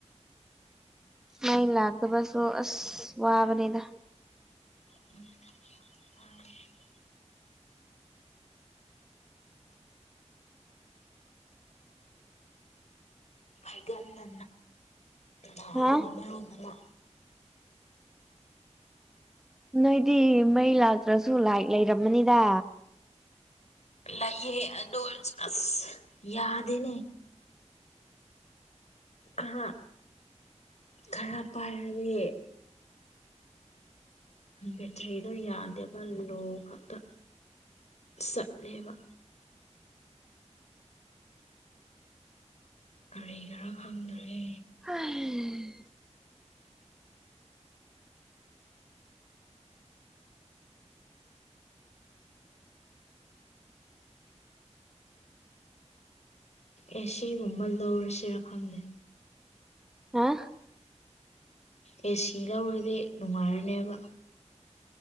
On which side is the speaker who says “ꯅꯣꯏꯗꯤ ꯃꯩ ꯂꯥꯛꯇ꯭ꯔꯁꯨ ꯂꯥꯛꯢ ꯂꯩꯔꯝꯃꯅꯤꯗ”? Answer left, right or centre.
Centre